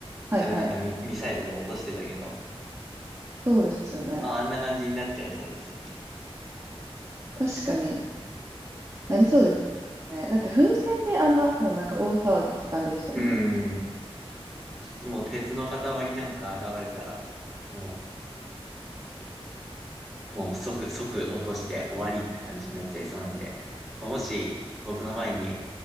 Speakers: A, on the right (about 25°); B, in the centre.
A: はいはい。
B: それなんかミ、ミサイルで落としてたけど、
A: そうですよね。
B: あ、あんな感じになっちゃいそうですね。
A: 確かになりそうですね。だって風船であんなもうなんか大騒ぎって感じでしたもんね。
B: うん。もう鉄の塊なんか現れたら、もう、もう即、即落として終わりって感じになっちゃいそうなんで、まあもし僕の前に